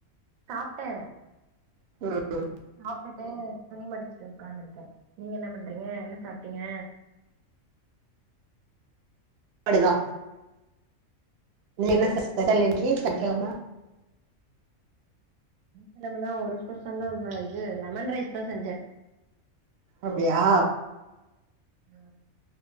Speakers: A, on the right (about 80°); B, on the right (about 65°).
A: சாப்ட்ட
B: ம்
A: சாப்ட்டுட்டு துணி மடிச்சுட்டு உட்காந்துருக்கே நீங்க என்ன பண்றீங்க என்ன சாப்பிட்டீங்க
B: அப்டிதா நீ என்ன ஸ்பெஷல் இன்னைக்கு சனிக்கிழம
A: என்ன மெல்லா ஒரு ஸ்பெஷலு இல்ல இது லெமன் ரைஸ் தா செஞ்சே
B: அப்டியா
A: ஆ